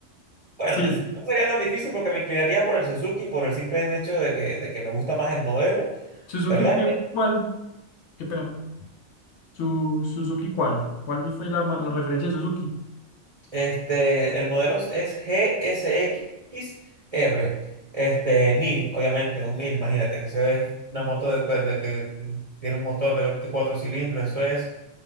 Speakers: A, on the right; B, on the left.
A: bueno,
B: Sí.
A: no sería tan difícil porque me inclinaría por el Suzuki por el simple hecho de que, de que me gusta más el modelo,
B: Suzuki,
A: ¿verdad?
B: ¿qué, cuál? ¿Qué pena? Su, Suzuki, ¿cuál? ¿Cuál fue la, ma- la referencia de Suzuki?
A: Este, el modelo es GSX-R, este, 1000 obviamente, un 1000 imagínate. Eso es una moto de, pues, de que tiene un motor de 4 cilindros, eso es,